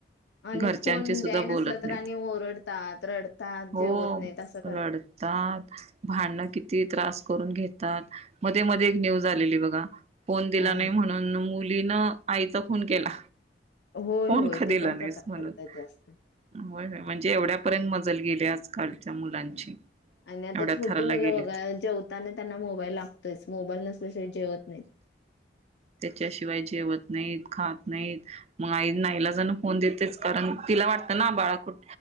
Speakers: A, on the left; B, on the right.
A: आणि
B: घरच्यांची
A: फोन
B: सुद्धा
A: द्याय नसला
B: बोलत
A: तर
B: नाहीत.
A: आणि ओरडतात रडतात
B: हो
A: जेवत नाही तस
B: रडतात. भांडणं किती त्रास करून घेतात मध्ये मध्ये एक न्यूज आलेली बघा फोन दिला
A: हा
B: नाही म्हणून मुलीन आईचा खूण केला.
A: होय
B: फोन
A: होय
B: का दिला
A: ते पण
B: नाहीस
A: प्रकार
B: म्हणून
A: घडतात जास्त.
B: <unintelligible> होय म्हणजे एवढ्यापर्यंत मजल गेली आजकालच्या मुलांची
A: आणि आता
B: एवढ्या
A: छोटी
B: थराला
A: मुलं
B: गेलेत
A: बघा जेवताना त्यांना मोबाईल लागतोयच मोबाईल नसल्याशिवा जेवत नाहीत.
B: त्याच्याशिवाय जेवत नाहीत खात नाहीत. मग आई नाईलाजान फोन देतेच कारण तिला वाटतं ना बाळा कुठ